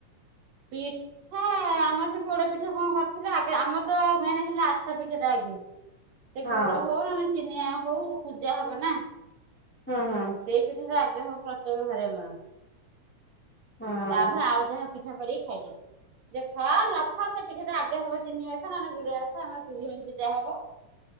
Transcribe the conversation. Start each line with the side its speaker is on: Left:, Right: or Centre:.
Right: ପିଠା ଆମର ସେ ପୋଡ ପିଠା କଣ କରିଥିଲା ଆମର ତ ମେନ୍ ହେଲା ଆ ବସା ପିଠାଟା ଆଗେ ସେ
Centre: ହଁ
Right: ଗୁଡ ହଉ ନ ଚିନିଆ ହଉ ପୂଜା ହବ ନାଁ।
Centre: ହଁ ହଁ
Right: ସେଇ ପିଠାରେ ଆଗେ ହବ ପ୍ରତ୍ୟେକ ଘରେ ଆମର
Centre: ହଁ
Right: ତାପରେ ଆଉ ଯାହା ପି ପିଠା କରିକି ଖାଇଦିଅ। ଯେ ଫ ନଫା ସେ ପିଠିରେ ଆଗେ ହବ ତିନି ଆସ ନ ଗୋଡେ ଆସ ଆମର ଭୂମୀ ପୂଜା ହବ।